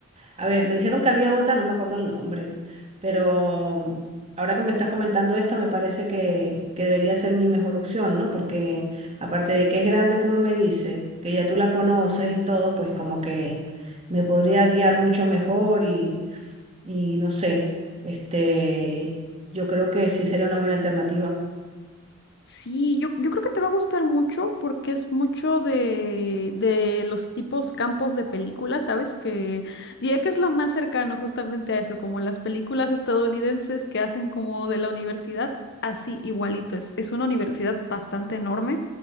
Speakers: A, on the right; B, on the left.
A: a ver, me dijeron que había otra, no me acuerdo el nombre, pero mm, ahora que me estás comentando esta, me parece que, que debería ser mi mejor opción, ¿no? Porque aparte de que es grande, como me dice, que ya tú la conoces y todo, pues como que me podría guiar mucho mejor y, y no sé, este, yo creo que sí sería una buena alternativa.
B: Sí, yo, yo creo que te va a gustar mucho porque es mucho de, de los tipos campos de películas, ¿sabes? Que diría que es lo más cercano justamente a eso, como las películas estadounidenses que hacen como de la universidad, así igualito. Es, es una universidad bastante enorme,